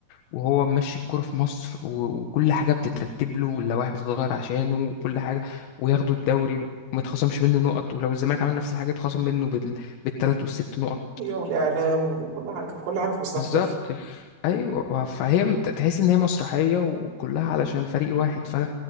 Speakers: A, on the left (about 85°); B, on the right (about 80°).
A: وهو ماشي الكرة في مصر و- وكل حاجة بتترتب له واللوائح بتتغير عشانه وكل حاجة وياخدوا الدوري وما يتخصمش منه نقط ولو الزمالك عمل نفس الحاجة يتخصم منه بال... بالتلات والست نقط
B: ايوه والاعلام وكل حاجه كل حاجه في مصلحه
A: فبالظبط
B: الاهلي
A: ف- ايوه فهي مت- تحس ان هي مسرحية وكلها علشان فريق واحد فانا